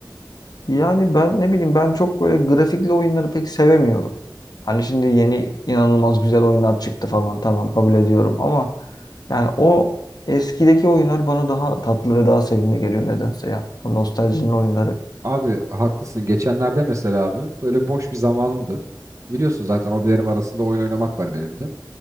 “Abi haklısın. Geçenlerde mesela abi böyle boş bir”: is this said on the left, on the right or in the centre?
Right